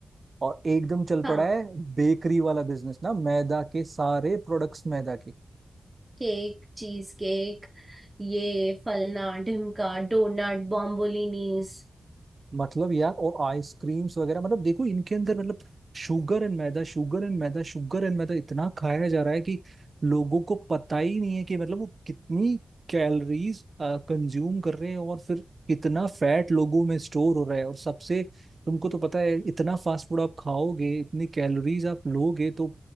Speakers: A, on the right; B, on the right.
A: और एकदम चल
B: हाँ
A: पड़ा है बेकरी वाला बिजनेस ना मैदा के सारे प्रोडक्ट्स मैदा के
B: केक चीज केक ये फलना ढिमका donut bombolonis
A: मतलब यार और आइसक्रीम्स वगैरह मतलब देखो इनके अंदर मतलब शुगर एंड मैदा शुगर एंड मैदा शुगर एंड मैदा इतना खाया जा रहा है कि लोगों को पता ही नहीं है कि मतलब वो कितनी कैलोरीज कंज्यूम कर रहे हैं और फिर कितना फैट लोगों में स्टोर हो रहा है और सबसे तुमको तो पता है इतना फास्ट फूड आप खाओगे इतनी कैलोरीज आप लोगे तो